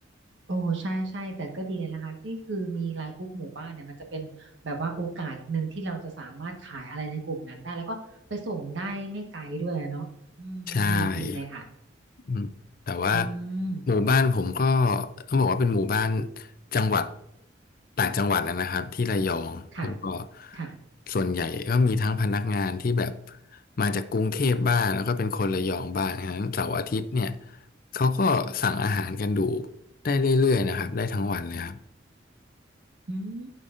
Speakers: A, on the right; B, on the left.
A: โอ้ใช่ใช่แต่ก็ดีเลยนะคะที่คือมีไลน์กลุ่มหมู่บ้านเนี่ยมันจะเป็นแบบว่าโอกาสหนึ่งที่เราจะสามารถขายอะไรในกลุ่มนั้นได้แล้วก็ไปส่งได้ไม่ไกลด้วยอะเนาะอืมดีดีเลยค่ะ
B: ใช่ อืมแต่ว่า
A: อืม
B: หมู่บ้านผมก็ต้องบอกว่าเป็นหมู่บ้านจังหวัดต่างจังหวัดนะนะครับที่ระยองแล้วก็
A: ค่ะค่ะ
B: ส่วนใหญ่ก็มีทั้งพนักงานที่แบบมาจากกรุงเทพบ้างแล้วก็เป็นคนระยองบ้างฉะนั้นเสาร์อาทิตย์เนี่ยเขาก็สั่งอาหารกันดูได้เรื่อยๆนะครับได้ทั้งวันเลยครับ
A: อืม